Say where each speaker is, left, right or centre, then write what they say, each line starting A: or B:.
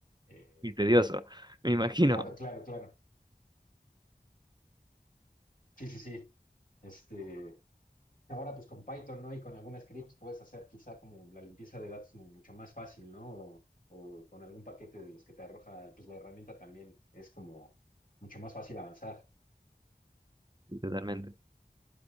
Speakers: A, on the left (about 55°); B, on the right (about 25°).
A: eh,
B: Y tedioso, me imagino.
A: Claro, claro, claro. Sí, sí, sí. Este, ahora pues con Python, ¿no? Y con algún scripts puedes hacer quizá como la limpieza de datos mucho más fácil, ¿no? O, o con algún paquete de los que te arroja, pues la herramienta también es como mucho más fácil avanzar.
B: Sí, Totalmente.